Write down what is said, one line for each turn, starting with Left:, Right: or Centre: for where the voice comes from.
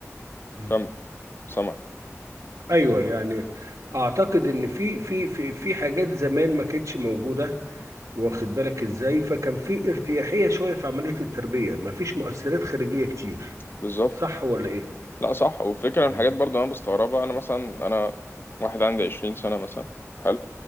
Right: مم.
Left: كم سمك
Right: أيوه يعني أعتقد إن في في في في حاجات زمان ما كانتش موجودة واخد بالك ازاي فكان في ارتياحية شوية في عملية التربية مفيش مؤثرات خارجية كتير
Left: بالظبط
Right: صح ولا ايه
Left: لا صح والفكره من
Right: مم.
Left: الحاجات برضه انا بستغربها انا مثلا انا واحد عندي 20 سنه مثلا حلو